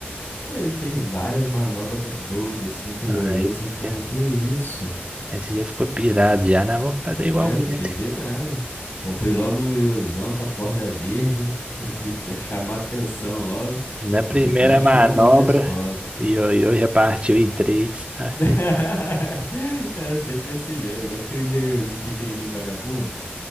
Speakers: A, on the left; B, on the right.
A: Pô, ele fez várias manobras doidas assim com o
B: Aí,
A: ioiô, que você ficava,
B: é,
A: que isso?
B: aí você já ficou pirado, já, não, vou fazer igual
A: Não é? Fiquei
B: ele.
A: pirado. Comprei logo um ioiôzão com a corda verde, <laughs> vi pra chamar atenção logo,
B: Na
A: e
B: primeira
A: ficava chamando
B: manobra,
A: na escola.
B: ioiô já partiu em três. Ah,
A: <laughs> Era sempre assim mesmo, igual aquele ioiôzinho pequenininho vagabundo.